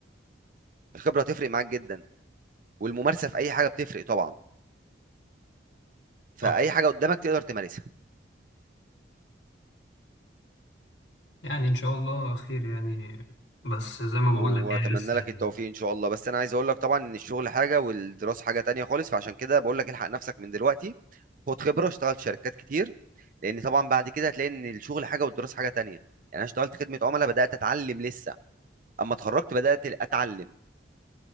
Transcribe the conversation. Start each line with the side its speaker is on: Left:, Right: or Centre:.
Right: الخبرة هتفرق معاك جدا والممارسة في اي حاجة بتفرق طبعا فاي
Left: صح
Right: حاجة قدامك تقدر تمارسها
Left: يعني إن شاء الله خير يعني بس زي ما بقول
Right: واتمنى
Left: لك يعني بس ال-
Right: لك التوفيق ان شاء الله بس انا عايز اقول لك طبعا ان الشغل حاجة والدراسة حاجة تانية خالص فعشان كده بقول لك الحق نفسك من دلوقتي خد خبرة اشتغل في شركات كتير لان طبعا بعد كده هتلاقي ان الشغل حاجة والدراسة حاجة تانية يعني انا اشتغلت خدمة عملاء بدأت اتعلم لسه اما اتخرجت بدات اتعلم